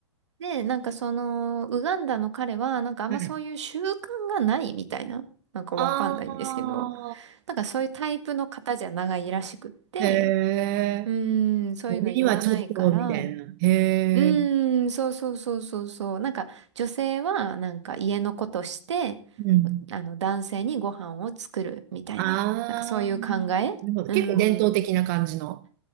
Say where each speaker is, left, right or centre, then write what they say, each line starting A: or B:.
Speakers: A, on the right (about 80°); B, on the right (about 45°).
A: で、なんかその、ウガンダの彼は、なんかあんまそういう習慣がないみたいな、
B: はい。
A: なんかわかんないんですけど、
B: ああ、
A: なんかそういうタイプの方じゃないらしくって、
B: へえ。
A: うーん、そういうの言わないから、
B: 俺にはちょっと、みたいな。
A: う
B: へ
A: ーん、
B: え。
A: そうそうそうそうそう、なんか女性はなんか家のことして、
B: うん。
A: あの、男性にご飯を作るみたいな、
B: ああ、
A: なんかそういう考えうー
B: なるほど。結構伝統的な感じの。
A: ん。